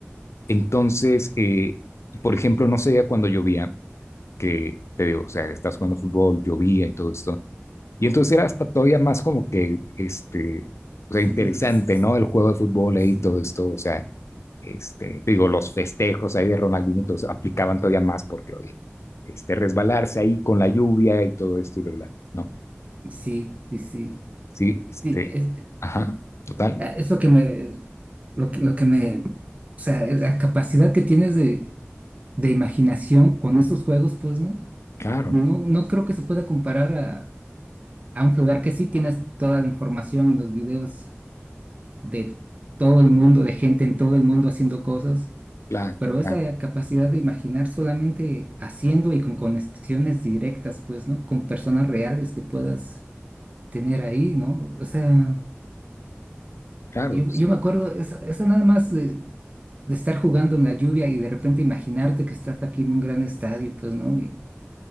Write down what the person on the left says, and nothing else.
Entonces, eh, por ejemplo, no sé, cuando llovía, que te digo, o sea, estás jugando fútbol, llovía y todo esto. Y entonces era hasta todavía más como que, este, o
sea, interesante,
¿no? El juego de fútbol
ahí, todo esto,
o sea, este, te digo, los festejos ahí de Ronaldinho, entonces aplicaban todavía más porque, oye, este, resbalarse ahí con la lluvia y todo esto, y ¿verdad? No,
sí, este,
ajá, total,
claro,
claro,
claro,
claro,
claro,